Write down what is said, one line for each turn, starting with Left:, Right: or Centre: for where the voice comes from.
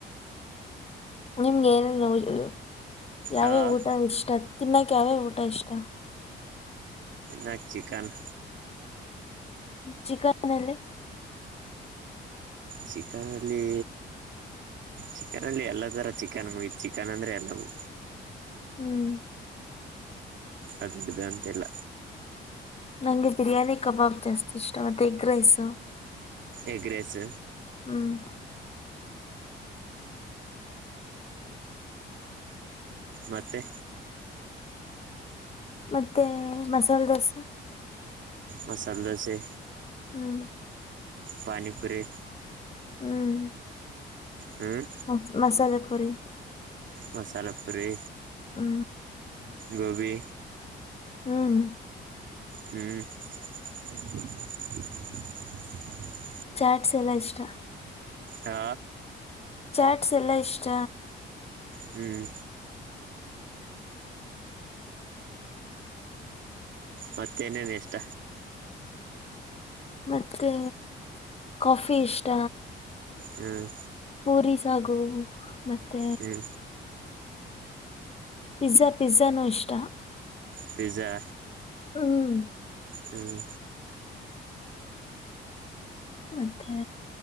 Left: ನಿಮ್ಗೆ ಏನ ನ ಯಾವ್
Right: ಹಾಂ
Left: ಯಾವ್ ಊಟ ಇಷ್ಟ ತಿನ್ನಕ್ ಯಾವ್ ಯಾವ್ ಊಟ ಇಷ್ಟ.
Right: ನಾನ್ ಚಿಕನ್.
Left: ಚಿಕನ್ ಅಲ್ಲಿ.
Right: ಚಿಕನ್ ಅಲ್ಲಿ. ಚಿಕನ್ ಅಲ್ಲಿ ಎಲ್ಲ ತರ ಚಿಕನ್ ಮುಯ ಚಿಕನ್ ಅಂದ್ರೆ ಎಲ್ಲವು.
Left: ಹ್ಮ್
Right: ಅಮುಕ್ ಇದು ಅಂತಿಲ್ಲ.
Left: ನಂಗೆ ಬಿರಿಯಾನಿ ಕಬಾಬ್ ಜಾಸ್ತಿ ಇಷ್ಟ ಮತ್ತೆ ಎಗ್ ರೈಸ್.
Right: ಎಗ್ರೆೇಸ್.
Left: ಹ್ಮ್
Right: ಮತ್ತೆ
Left: ಮತ್ತೆ ಮಸಾಲದೋಸೆ.
Right: ಮಸಾಲೆ ದೋಸೆ,
Left: ಹ್ಮ್
Right: ಪಾನಿಪುರಿ
Left: ಹ್ಮ್
Right: ಹ್ಮ್
Left: ಹಾ ಮಸಾಲೆ ಪುರಿ.
Right: ಮಸಾಲಾ ಪುರಿ.
Left: ಹ್ಮ್
Right: ಗೋಭಿ.
Left: ಹ್ಮ್
Right: ಹ್ಮ್ <unintelligible>
Left: ಚಾಟ್ಸ್ ಎಲ್ಲ ಇಷ್ಟ.
Right: ಹಾ
Left: ಚಾಟ್ಸ್ ಎಲ್ಲ ಇಷ್ಟ.
Right: ಹ್ಮ್ ಮತ್ತೇನೇನ್ ಇಷ್ಟ.
Left: ಮತ್ತೆ ಕಾಫಿ ಇಷ್ಟ.
Right: ಹ್ಮ
Left: ಪೂರಿ ಸಾಗು ಮತ್ತೆ.
Right: ಹ್ಞೂ
Left: ಪಿಜ್ಜಾ ಪಿಜ್ಜಾ ನು ಇಷ್ಟ.
Right: ಪಿಜ್ಜಾ.
Left: ಹ್ಮ್
Right: ಹ್ಮ
Left: ಮತ್ತೆ